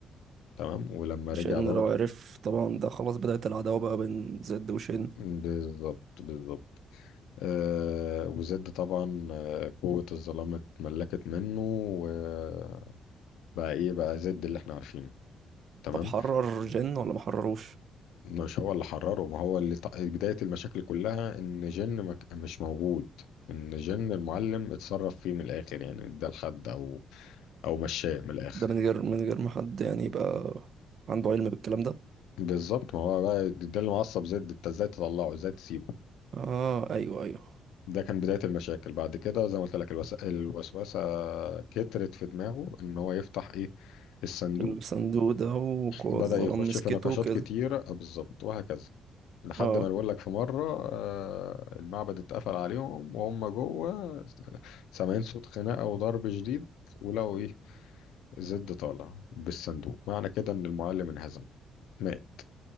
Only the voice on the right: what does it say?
شن
لو عرف طبعا ده خلاص بدأت العداوة بقى بين زد وشن
طب حرر جن ولا ما حرروش
ده من غير من غير ما حد يعني يبقى عنده علم بالكلام ده
اه ايوه ايوه
الصندوق ده وقوى
الظلام
مسكته
وكده
اه